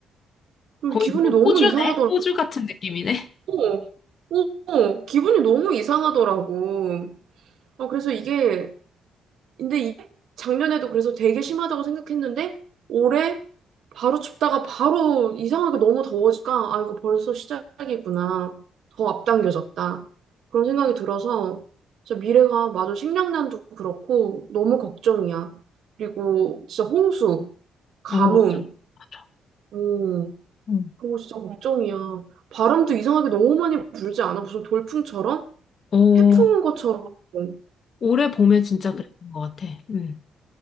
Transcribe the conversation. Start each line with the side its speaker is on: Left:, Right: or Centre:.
Right: 그래서
Left: 거의
Right: 기분이
Left: 무슨
Right: 너무
Left: 호주네?
Right: 아, 진- 이상하더라고.
Left: 호주 같은 느낌이네.
Right: 어, 어, 어, 기분이 너무 이상하더라고. 어, 그래서 음. 이게 근데 이- 작년에도 그래서 되게 심하다고 생각했는데 올해 바로 춥다가 바로 이상하게 너무 더워지니까 아 이거 벌써 시작이구나 더 앞당겨졌다 그런 생각이 들어서 진짜 미래가 마저 식량난도 그렇고 너무 걱정이야 그리고 진짜 홍수 가뭄
Left: 어, 맞아. 맞아.
Right: 음
Left: 음.
Right: 그거 진짜 걱정이야 바람도 이상하게 너무 많이 불지 않아 무슨 돌풍처럼
Left: 어,
Right: 태풍 온 것처럼 오
Left: 올해 봄에 진짜 그랬던 것 같아. 음.